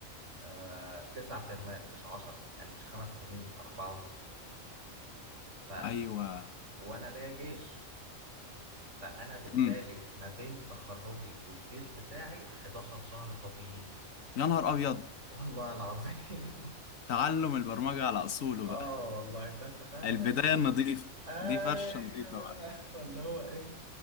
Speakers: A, on the right (about 60°); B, on the left (about 80°).
A: آه تسع ترمات مش عشرة يعني مش خمس سنين اربعة ونص ف
B: ايوه
A: وانا ليا جيش فانا بالتالي
B: امم
A: ما بين تخرجي والجيش بتاعي 11 شهر فاضيين
B: يا نهار ابيض
A: والله العظيم <laughs>
B: تعلم البرمجه على اصوله
A: اه
B: بقى
A: والله فانت فاهم
B: البدايه
A: انا اللي هو
B: النظيفه
A: ايوه
B: دي فرشه نظيفه بقى
A: <laughs> اللي هو ايه